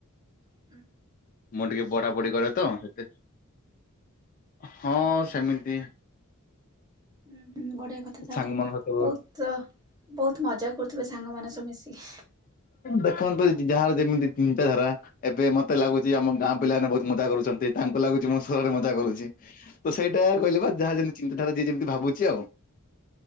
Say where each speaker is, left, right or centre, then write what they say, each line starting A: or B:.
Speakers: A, on the right; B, on the left.
A: ହ
B: ମୁଁ ଟିକେ ବଢା ବଢି କରେ ତ ସେତେ ହଁ ସେମିତି।
A: ହୁଁ ହୁଁ ବଢିଆ କଥା ତାହେଲେ
B: ସାଙ୍ଗମାନଙ୍କ ସହିତ
A: ବହୁତ ବହୁତ ମଜା କରୁଥିବେ ସାଙ୍ଗମାନେ ସବୁ ମିଶିକି।
B: ଦେଖନ୍ତୁ ଯାହାର ଯେମିତି ଚିନ୍ତାଧାରା ଏବେ ମତେ ଲାଗୁଛି ଆମ ଗାଁ ପିଲା ମାନେ ବହୁତ ମଜା କରୁଛନ୍ତି ତାଙ୍କୁ ଲାଗୁଛି ମୋ ସ ମଜା କରୁଛି ତ ସେଇଟା କହିଲେ ବା ଯାହା ଯେମିତି ଚିନ୍ତାଧାରା ଯିଏ ଯେମିତି ଭାବୁଛି ଆଉ।